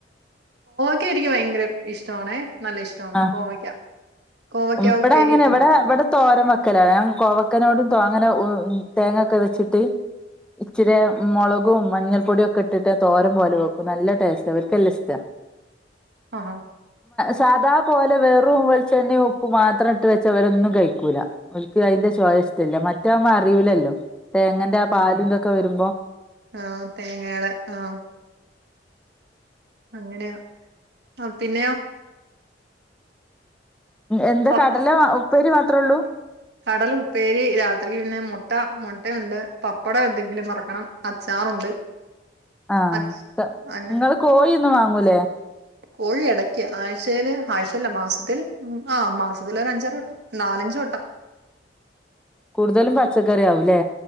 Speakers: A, on the right; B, in the centre.
A: ഇത് എനിക്ക് ഭയങ്കര ഇഷ്ടവാണേ നല്ല ഇഷ്ടവാണ്
B: ആ
A: കോവയ്ക്ക കോവയ്ക്ക
B: ഉം എവടാ
A: ഉപ്പേരി
B: ഇങ്ങനെ
A: വെക്കില്ലേ
B: ഇവിടെ ഇവിടെ തോരം വെക്കലാ ഞാൻ കോവക്കനോടും അങ്ങനെ ഉം തേങ്ങൊക്കെ വെച്ചിട്ട് ഇച്ചിരി മൊളകും മഞ്ഞൾപ്പൊടി ഒക്കെ ഇട്ടിട്ട് തോരം പോലെ വെക്കും നല്ല ടേസ്റ്റ് ഇവക്കെല്ലാം ഇഷ്ട
A: ആഹാ
B: സാധാ പോലെ വെറും വെളിച്ചെണ്ണിം ഉ ഉപ്പ് മാത്രം ഇട്ട് വെച്ച ഇവരൊന്നും കഴിക്കൂല ഓലക്ക് അയിൻ്റെ ചൊയ ഇഷ്ട്ടില്ല മറ്റവമ്മ അറിയൂലല്ലോ തേങ്ങന്റെ ആഹ് പാലുംതൊക്കെ വരുമ്പോ
A: അഹ് തേങ്ങയുടെ അഹ് അങ്ങനെയാ ആഹ് പിന്നെയോ
B: എന്ത്
A: പപ്പ
B: കടല ഉപ്പേരി മാ ഇത്രൊള്ളൂ
A: കടല ഉപ്പേരി രാത്രിക്ക് പിന്നെ മൊട്ട മൊട്ടയുണ്ട് പപ്പടം എന്തെങ്കിലും മറക്കണം അച്ചാറുണ്ട്
B: ആഹ്
A: അച്
B: ത
A: അങ്ങനെ
B: ഇങ്ങള് കോഴിയൊന്നും വാങ്ങ ങ്ങൂലെ
A: കോഴി എടയ്ക്ക് ആഴ്ചേൽ ആഴ്ചല്ല മാസത്തിൽ ആഹ് ആഹ് മാസത്തിൽ അഞ്ചാറ് വട്ടം നാലഞ്ച് വട്ടം
B: കൂടുതലും പച്ചക്കറി ആവൂല്ലേ